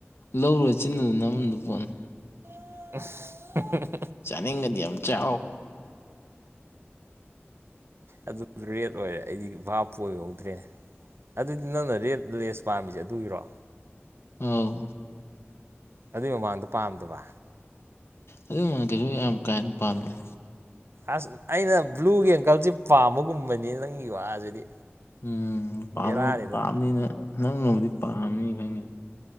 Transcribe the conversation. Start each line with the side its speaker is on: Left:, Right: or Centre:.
Left: ꯂꯧꯔ ꯆꯤꯟꯅꯗꯨ ꯅꯃꯟꯗꯨ ꯄꯣꯟꯅꯤ
Right: <unintelligible>
Left: ꯆꯅꯤ ꯉꯗꯤ ꯑ ꯆ
Right: ꯑꯗꯨ ꯔꯦꯠ ꯑꯣꯏꯔꯦ ꯑꯩꯗꯤ ꯚꯥꯞꯄ ꯑꯣꯏꯍꯧꯗ꯭ꯔꯦ ꯑꯗꯨꯗꯤ ꯅꯪꯅ ꯔꯦꯠ ꯂꯦꯁ ꯄꯥꯝꯃꯤꯁꯦ ꯑꯗꯨꯒꯤꯔꯣ
Left: ꯑꯥꯎ
Right: ꯑꯗꯨꯏ ꯃꯃꯥꯡꯗꯣ ꯄꯥꯝꯗꯕ
Left: ꯑꯗꯨ ꯃꯔꯛꯇꯁꯨ ꯌꯥꯝ ꯀꯥ ꯍꯦꯟꯅ ꯄꯥꯝꯖꯩ
Right: ꯑꯁ ꯑꯩꯅ ꯕ꯭ꯂꯨꯒꯤ ꯑꯪꯀꯜꯁꯤꯦ ꯄꯥꯝꯕꯒꯨꯝꯕꯅꯤ ꯅꯪꯒꯤ ꯋꯥꯁꯤꯗꯤ
Left: ꯎꯝ ꯄꯥꯝꯃ
Right: ꯕꯦꯔꯥꯅꯤꯗ
Left: ꯄꯥꯝꯅꯤꯅ ꯅꯪ ꯅꯣꯡꯕꯨꯗꯤ ꯄꯥꯝꯅꯤ ꯈꯪꯉꯦ